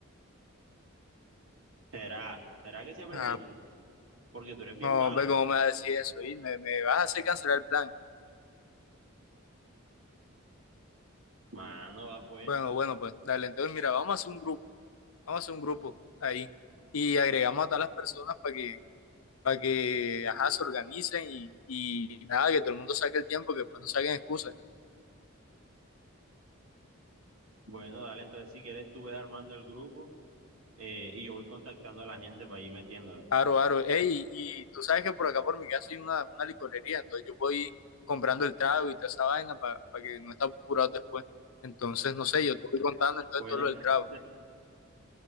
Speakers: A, on the right; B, on the left.
A: ¿Será? ¿Será que sí aprendiste?
B: Ah,
A: Porque tú eres bien
B: no,
A: malo.
B: ve cómo me vas a decir eso, y me, me vas a hacer cancelar el plan.
A: Mano, va pues.
B: Bueno, bueno, pues dale, entonces mira, vamos a hacer un grupo, vamos a hacer un grupo ahí y agregamos a todas las personas para que, para que, ajá, se organicen y, y nada, que todo el mundo saque el tiempo, que después no saquen excusas.
A: Bueno, dale, entonces si quieres tú ves armando el grupo eh, y yo voy contactando a la gente para ir metiéndola.
B: Aro, aro. Ey, y tú sabes que por acá por mi casa hay una, una licorería, entonces yo voy comprando el trago y toda esa vaina para que no esté apurado después. Entonces, no sé, yo te voy contando entonces
A: Bueno,
B: todo lo del
A: dale,
B: trago.
A: entonces,